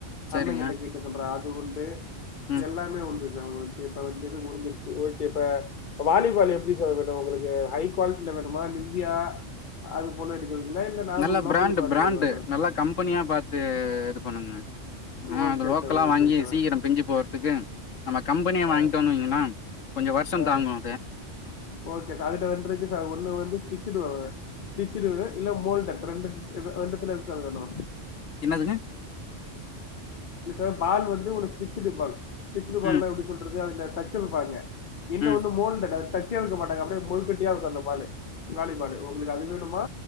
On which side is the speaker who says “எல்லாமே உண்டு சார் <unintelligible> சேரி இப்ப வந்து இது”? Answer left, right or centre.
Left